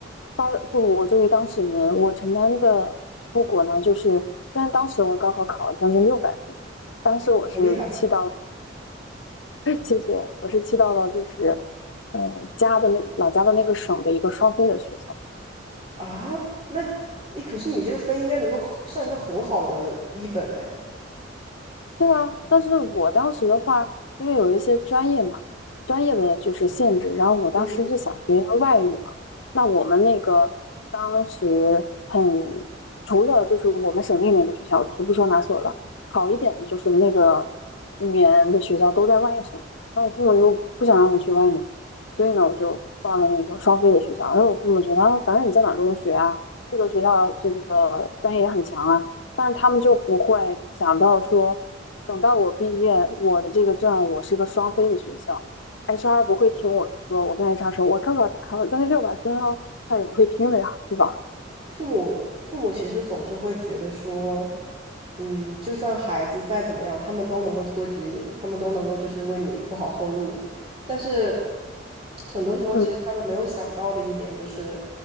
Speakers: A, on the left; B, on the right.
A: 发作我作为当事人，我承担的后果呢，就是虽然当时我高考考了将近六百分，当时我是气到了，
B: 我厉害
A: <laughs> 谢谢，我是气到了，就是呃家的那老家的那个省的一个双非的学校。
B: 啊！那，诶，可是你这个分应该能够很上一个很好的一本哎。
A: 是啊，但是我当时的话，因为有一些专业嘛，专业的就是限制，然后我当时是想学一个外语嘛，
B: 嗯
A: 那我们那个当时很，除了就是我们省内那个学校，就不说哪所了，好一点的就是那个语言的学校都在外省，那我父母又不想让我去外面，所以呢，我就报了那个双非的学校，然后我父母觉得，啊反正你在哪儿都能学啊，这个学校这个专业也很强啊。但是他们就不会想到说，等到我毕业，我的这个证我是个双非的学校，HR 不会听我说，我跟 HR 说我高考只考了将近六百分哦，他也不会听的呀，对吧？
B: 父母父母其实总是会觉得说，嗯，就算孩子再怎么样，他们都能够托举你，他们都能够就是为你铺好后路。但是很多时候，
A: 嗯，
B: 其实他们没有想到的一点就是，